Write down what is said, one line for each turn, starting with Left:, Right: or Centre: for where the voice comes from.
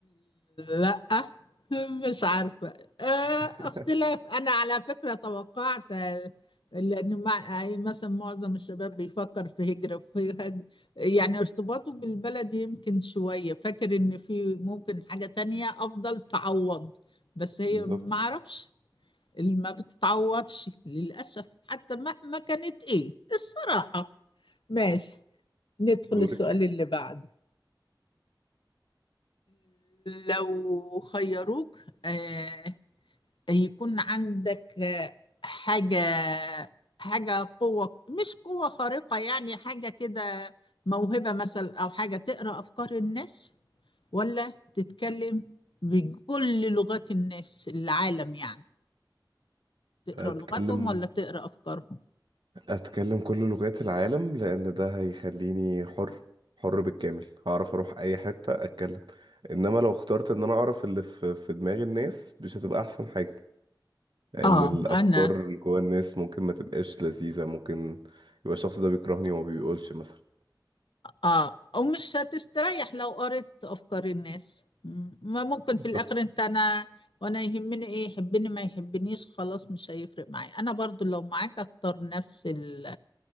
Left: لا مش عارفة آه،
Right: <laughs>
Left: اختلاف أنا على فكرة توقعت آه، لأن مع- أي مثلا معظم الشباب بيفكر في هجرة في هج... يعني ارتباطه بالبلد يمكن شوية فاكر إن في ممكن حاجة تانية أفضل تعوض بس هي
Right: بالظبط
Left: ما أعرفش اللي ما بتتعوضش للأسف حتى مهما كانت إيه الصراحة ماشي ندخل
Right: دورك
Left: السؤال اللي بعده لو خيروك آه يكون عندك آه، حاجة حاجة قوة مش قوة خارقة يعني حاجة كده موهبة مثلا أو حاجة تقرأ أفكار الناس ولا تتكلم بكل لغات الناس العالم يعني تقرأ
Right: هتكلم
Left: لغتهم ولا تقرأ أفكارهم
Right: اتكلم كل لغات العالم لان ده هيخليني حر حر بالكامل هعرف اروح اي حتة اتكلم انما لو اخترت ان انا اعرف اللي في في دماغ الناس مش هتبقى احسن حاجة لان
Left: آه
Right: الافكار
Left: أنا
Right: اللي جوه الناس ممكن ما تبقاش لذيذة ممكن يبقى الشخص ده بيكرهني وما بيقولش مثلا
Left: اه ومش هتستريح لو قريت افكار الناس مم. ما ممكن
Right: بالظبط
Left: في الاخر انت انا وانا يهمني ايه يحبني ما يحبنيش خلاص مش هيفرق معايا انا برضو لو معاك اختار نفس ال...